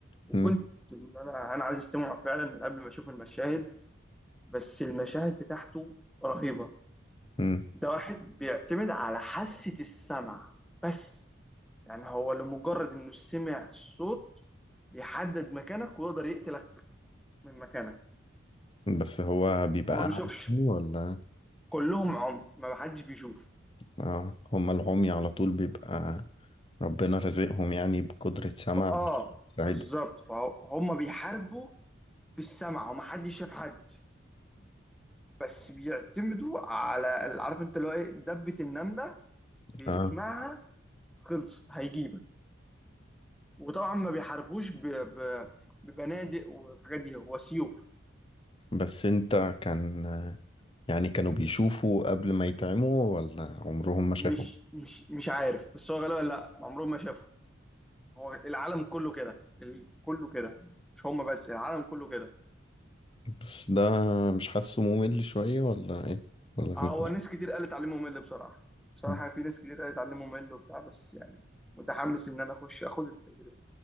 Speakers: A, in the centre; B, on the left (about 25°).
A: وكنت
B: مم.
A: ان انا انا عايز استمع فعلا من قبل ما اشوف المشاهد بس المشاهد بتاعته رهيبه
B: مم.
A: ده واحد بيعتمد على حاسه السمع بس يعني هو لمجرد انه سمع الصوت بيحدد مكانك ويقدر يقتلك من مكانك
B: بس هو بيبقى
A: هو ما
B: ف-
A: بيشوفش
B: أعمى يعني ولا
A: كلهم عمي ما حدش بيشوف
B: اه هما العمي على طول بيبقى ربنا رزقهم يعني بقدرة سمع
A: فاه
B: سعيد
A: بالظبط فهم بيحاربوا بالسمع وما حدش شاف حد بس بيعتمدوا على عارف انت اللي هو ايه دبة النملة بيسمعها
B: اه
A: خلصت هيجيبك وطبعا ما بيحاربوش ب... ب... ببنادق والحاجات دي هو سيوف
B: بس انت كان يعني كانوا بيشوفوا قبل ما يتعموا ولا عمرهم ما
A: مش
B: شافوا
A: مش مش عارف بس هو غالبا لا عمرهم ما شافه هو العالم كله كده ال- كله كده مش هم بس العالم كله كده
B: بس ده مش حاسه ممل شوية ولا ايه ولا فين
A: هو ناس كتير قالت تعليمه ممل بصراحة بصراحة
B: مم.
A: في ناس كتير قالت تعليمه ممل وبتاع بس يعني متحمس ان انا اخش اخد التجربة